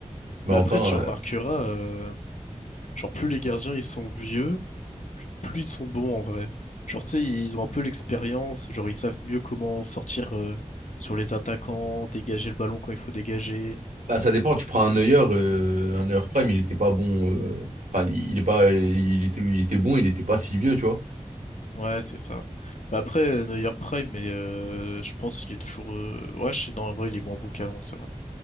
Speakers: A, on the right; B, on the left.
A: Mais
B: Mais
A: enfin,
B: après, tu remarqueras,
A: euh,
B: euh, genre, plus les gardiens, ils sont vieux, plus ils sont bons en vrai. Genre, tu sais, ils ont un peu l'expérience, genre, ils savent mieux comment sortir euh, sur les attaquants, dégager le ballon quand il faut dégager.
A: bah, ça dépend. Tu prends un Neuer, euh, un Neuer Prime, il était pas bon. euh, Enfin, il est pas, il était, il était bon, il était pas si vieux, tu vois.
B: Ouais, c'est ça. Mais après, euh, Neuer Prime, mais euh, je pense qu'il est toujours. euh, Ouais, je... sais- non, en vrai, il est moins bon qu'avant, c'est vrai.